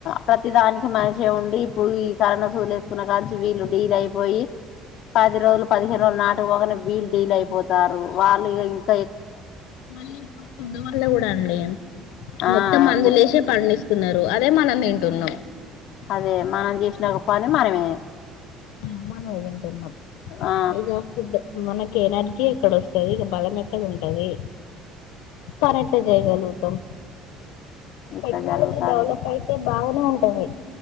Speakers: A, on the left; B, on the left.
A: ప్రతిదానికి మనిషే ఉండి ఇప్పుడు ఈ కరోనా సూదులు వేసుకున్న కాంచి వీళ్ళు డీల్ అయిపోయి పది రోజులు పదిహేను రోజులు నాటుకు పోగానే వీళ్లు డీల్ అయిపోతారు వాళ్ళు ఇంకా ఏ
B: మళ్ళీ ఇప్పుడు ఫుడ్ వల్ల కూడా అండి
A: ఆ
B: మొత్తం మందులు
A: ఫుడ్
B: వేసే పండిస్ ఇత్తున్నారు అదే మనం తింటున్నాం
A: అదే మనం చేసిన ఒక పని మనమే
B: అ మనమే తింటున్నాం
A: ఆ
B: ఇగ ఫుడ్ మనక్ ఇం ఎనర్జీ ఎక్కడ వస్తుంది ఇక బలం ఎక్కడ ఉంటది పని ఎట్టా చేయగలుగుతమ్
A: ఇట్లా
B: టెక్నాలజీ
A: జరుగుతాంది
B: డెవలప్ అయితే బాగానే ఉంటది